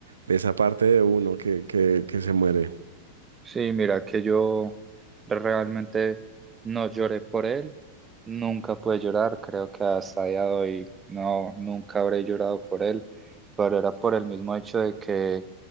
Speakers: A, on the right; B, on the right.
A: de esa parte de uno que, que, que se muere.
B: Sí, mira que yo realmente no lloré por él, nunca pude llorar, creo que hasta día de hoy no, nunca habré llorado por él, pero era por el mismo hecho de que